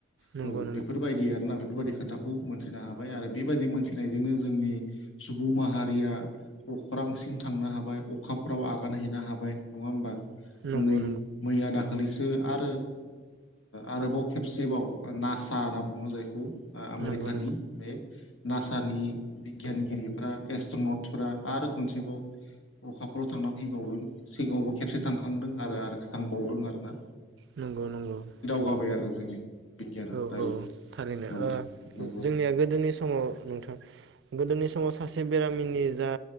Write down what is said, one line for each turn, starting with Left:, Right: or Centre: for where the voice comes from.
Right: नंगौ
Left: औ
Right: नंगौ
Left: बेफोरबायदि आरोना बेफोरबायदि खोथाखौ मोनथिनो हाबाय आरो बेबायदि मोनथिनायजोंनो जोंनि सुबुं माहारिया अख्रांसिम थांनो हाबाय अखाफ्राव आगान हैैनो हाबाय नङा होमबा?
Right: नंगौ
Left: मोनै
Right: नंगौ
Left: मैया दाखालि जो आरो आरोबाव खेबसेबाव नासा होनना बुङो जायखौ। आमेरिकानि
Right: नंगौ
Left: बे। नासानि बिगियानगिरिफ्रा एस्ट्रनथफ्रा आरो खनसेबाव अखाफोराव थांना फैबावदों सिगाङावबो खेबसे थांखांदों आरो थांबावदों आरो ना।
Right: नंगौ नंगौ <inaudible>
Left: जाबाय आरो जोंनि बिगियाना
Right: औ
Left: दायो
Right: औ थारैनो
Left: औ नंगौ
Right: जोंनिया गोदोनि समाव नोंथां गोदोनि समाव <inaudible> सासे बेरामिनि जा